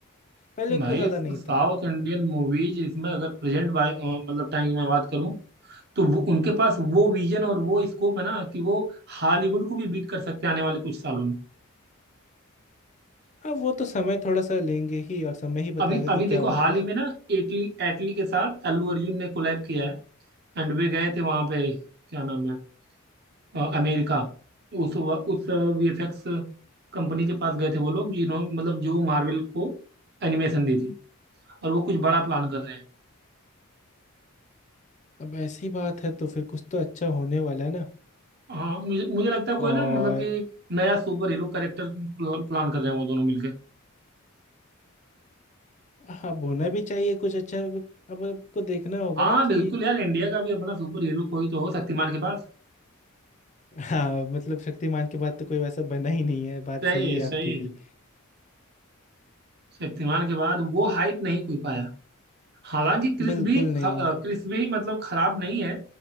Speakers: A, on the left; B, on the right.
A: पहले उतना
B: भाई
A: ज्यादा
B: साउथ
A: नहीं था
B: इंडियन मूवीज इसमें अगर प्रेजेंट भाई अ, मतलब टाइम की मैं बात करूं तो वो उनके पास वो विजन और वो स्कोप है ना कि वो हॉलीवुड को भी बीट कर सकते हैं आने वाले कुछ सालों में
A: अब वो तो समय थोड़ा सा लेंगे ही और समय ही
B: अभी
A: बताएगा
B: अभी
A: कि क्या
B: देखो
A: होता
B: हाल ही
A: है
B: में ना एटली एटली के साथ अल्लू अर्जुन ने कोलैब किया है एंड वे गए थे वहां पे क्या नाम है अ, अमेरिका तो उस व- उस वीएफएक्स कंपनी के पास गए थे वो लोग जिन्होंने मतलब जो मार्वल को एनिमेशन दी थी और वो कुछ बड़ा प्लान कर रहे हैं
A: अब ऐसी बात है तो फिर कुछ तो अच्छा होने वाला है ना
B: हाँ मुझे मुझे लगता है कोई
A: और
B: ना मतलब कि नया सुपर हीरो कैरेक्टर प्लान कर रहे हैं वो दोनों मिलके
A: हाँ बोलना भी चाहिए कुछ अच्छा अब अब आपको देखना होगा
B: हाँ
A: ना कि
B: बिल्कुल यार इंडिया का भी अपना सुपर हीरो कोई तो हो शक्तिमान के पास
A: <laughs> हाँ मतलब शक्तिमान के बाद तो कोई वैसा बना ही नहीं है बात
B: सही
A: सही
B: है
A: है आपकी
B: सही
A: भी
B: है शक्तिमान के बाद वो हाइप नहीं कोई पाया हालांकि क्रिस
A: बिल्कुल
B: भी ख-
A: नहीं
B: अ, क्रिस भी मतलब खराब नहीं है